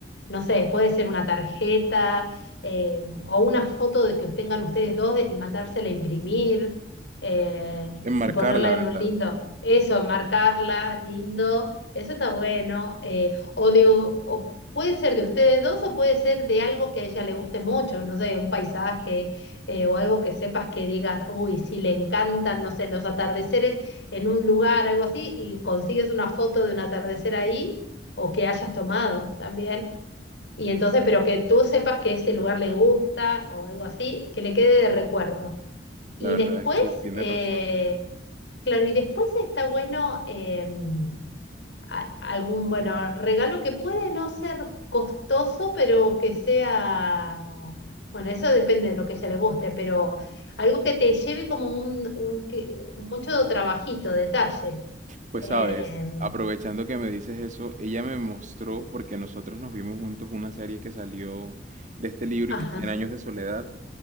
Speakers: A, on the left; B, on the right.
A: No sé, puede ser una tarjeta eh, o una foto de que tengan ustedes dos y mandársela a imprimir eh,
B: enmarcar
A: y ponerla
B: la verdad.
A: en un lindo, eso, marcarla, lindo, eso está bueno. eh, o de, o puede ser de ustedes dos o puede ser de algo que a ella le guste mucho, no sé, un paisaje eh, o algo que sepas que digas, uy, si le encantan, no sé, los atardeceres en un lugar, algo así, y consigues una foto de un atardecer ahí o que hayas tomado también. Y entonces, pero que tú sepas que ese lugar le gusta o algo así, que le quede de recuerdo. Y
B: La verdad
A: después,
B: es que tienes
A: eh,
B: razón.
A: claro, y después está bueno... em, a- algún, bueno, regalo que puede no ser costoso, pero que sea, bueno, eso depende de lo que a ella le guste, pero algo que te lleve como un, un que- mucho trabajito, detalle.
B: Pues
A: Eh,
B: sabes, aprovechando que me dices eso, ella me mostró, porque nosotros nos vimos juntos una serie que salió de este libro
A: ajá.
B: y que cien años de soledad,